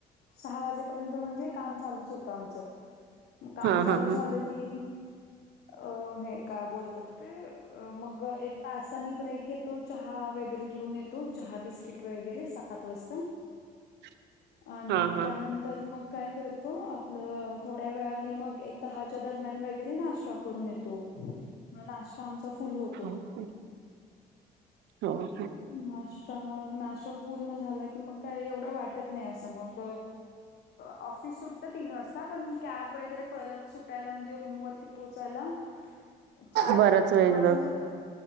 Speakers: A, on the left; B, on the right.
A: सहा वाजेपर्यंत म्हणजे काम चालूच होतं आमचं. काम
B: हा
A: चालू
B: हा हा
A: झालं की अ हे काय बोलतात ते मग एक तासानी ब्रेक घेतो चहा वगैरे घेऊन येतो, चहा बिस्किट वगैरे सात वाजता
B: <inaudible>
A: आणि
B: हा
A: त्यानंतर मग काय करतो आपलं थोडया वेळानी मग एक दहाच्या दरम्यान वगैरे नाश्ता करून येतो. मग नास्ता आमचा फुल हो
B: <inaudible> हो
A: नाश्ता नाश ते पूर्ण झाल कि मग काय एवढ वाटत नाही असं मग ऑफिस सुटत तीन वाजता पण कॅब वगैरे परत सुटायला म्हणजे रूमवरती पोहोचायला चार
B: बराच वेळ
A: वाजून जातात.